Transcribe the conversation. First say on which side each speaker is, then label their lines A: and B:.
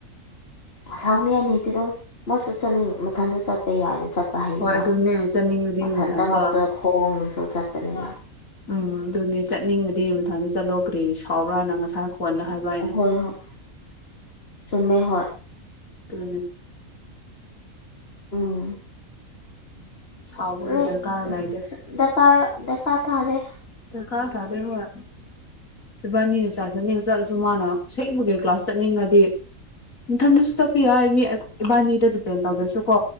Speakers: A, on the left; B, on the left.
A: ꯁꯥꯎꯅꯤ ꯍꯥꯏꯅꯤꯁꯤꯗꯣ ꯃꯣꯏꯁꯨꯠ ꯆꯠꯅꯤ ꯃꯊꯟꯇ ꯆꯠꯄꯩ ꯌꯥꯏ ꯍꯥꯏꯅ ꯆꯠꯄ ꯃꯍꯩꯅ
B: ꯍꯣꯏ ꯑꯗꯨꯅꯦ ꯆꯠꯅꯤꯡꯉꯗꯤ
A: ꯃꯊꯟꯇꯃꯛꯇ
B: ꯃꯊꯟꯇ
A: ꯈꯣꯡꯁꯨ ꯆꯠꯄꯅꯤꯅ
B: ꯎꯝ ꯑꯗꯨꯅꯦ ꯆꯠꯅꯤꯡꯕꯗꯤ ꯃꯊꯪꯗ ꯆꯠꯂꯣ ꯀ꯭ꯔꯤ ꯁꯥꯎꯕ꯭ꯔꯥꯅꯪ ꯉꯁꯥꯏ ꯈꯣꯟꯗ ꯍꯥꯏꯕ ꯑꯩꯅ
A: ꯍꯣꯏ ꯍꯣꯏ ꯆꯃꯦ ꯍꯣꯏ
B: ꯇꯔꯕꯤ
A: ꯎꯝ
B: ꯁꯥꯎꯕꯒꯤ
A: ꯂꯩꯗ
B: ꯗꯔꯀꯥꯔ ꯂꯩꯇꯦ
A: ꯀꯥꯔ ꯗ ꯄꯥ ꯇꯗꯦ
B: ꯇ ꯀꯥ ꯇꯥꯗꯦ ꯍ ꯏꯕꯥꯅꯤꯅ ꯆꯥꯛ ꯆꯠꯅꯤꯡꯉ ꯆꯠꯂꯁꯨ ꯃꯥꯅ ꯑꯁꯦꯡꯕꯒꯤ ꯀ꯭ꯂꯥꯁ ꯆꯠꯅꯤꯡꯉꯗꯤ ꯏꯊꯟꯗꯁꯨ ꯆꯠꯄꯤꯌꯨ ꯑꯩ ꯃꯤ ꯏꯕꯥꯅꯤꯗ ꯗꯤꯄꯦꯟ ꯇꯧꯗ꯭ꯔꯁꯨ ꯀꯣ